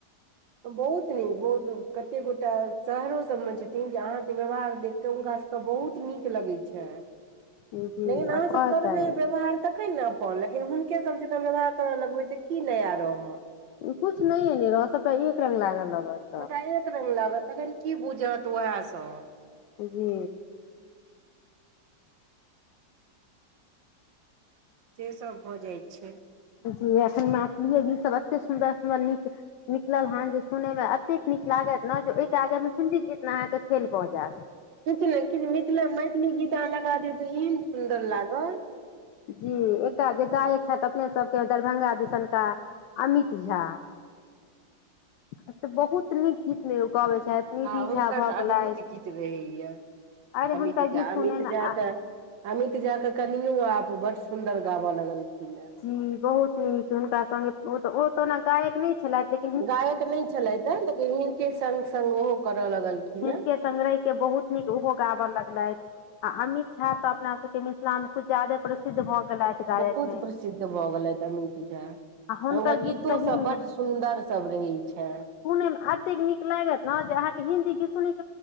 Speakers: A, on the right; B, on the left.
A: बहुत नीक बहुत कते गोटा शहरो सब मे छथिन जे अहाँके व्यवहार देख कऽ हुनका सभके बहुत नीक लगै छै
B: जी
A: लेकिन
B: आ
A: अहाँसभ
B: कहतै
A: करबै व्यवहार तखन न ह लेकिन हुनके सब जेका व्यवहार करऽ लगबे तऽ की नया रहत
B: कुछ न‌ए नहि रहत सभटा एक रंग लागऽ लागत
A: सबटा एक रंग लागत तखन की बुझत उएह सब
B: ऽ जी
A: जे सब बजै छै
B: जी एखन मैथिलीये गीतसभ एते सुन्दर सुन्दर नीक निकलल हेन जे सुनयमे एतेक नीक लागत ने जे ओहिके आगेमे हिंन्दी गीत ने अहाँके फेल भऽ जायत
A: किछ ने किछ मिथिला मैथिली गीत अहाँ लगा दियौ तऽ एहन सुन्दर लागत
B: जी एकटा जे गायक छथि अपने सबके दरभंगा दिसनका अमित झा से बहुत नीक गीत ले ओ गाबै छथि निधि
A: हँ हुनका
B: झा भऽ
A: तऽ
B: गेलथि
A: अद्भुत गीत रहैया
B: अरे
A: अमित
B: हुनकर
A: झा
B: गीत सुनय
A: अमित
B: मे
A: झा
B: आ
A: त अमित झा के कनियो आप बड सुदर गाबऽ लगलखिन है
B: जी बहुत नीक हुनका संगेऽ ओ तऽ ओ त ओना गायक नहि छलथि जे
A: गायक नहि छलथि है लेकिन हिनके संग संग ओहो करय लगलखिन
B: हिनके
A: हे
B: संग रहिके बहुत नीक ओहो गाबऽ लगलथि आ अमित झा तऽ अपना सब के मिथिला में कुछ ज्यादे प्रसिद्ध भ गेलथि गायक
A: बहुत
B: मे
A: प्रसिद्ध भऽ गेलैथ अमीत झा हुनकर
B: आ गीत
A: गीतो
B: सही
A: सभ बड सुन्दर सभ रहै छै
B: सुने मे एतेक नीक लागत ने जे अहाँ के हिन्दी गीत सुनैके